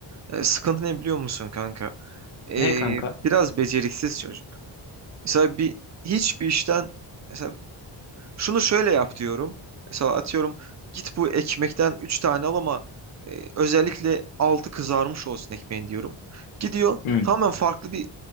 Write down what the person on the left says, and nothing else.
Ne kanka?
Hmm.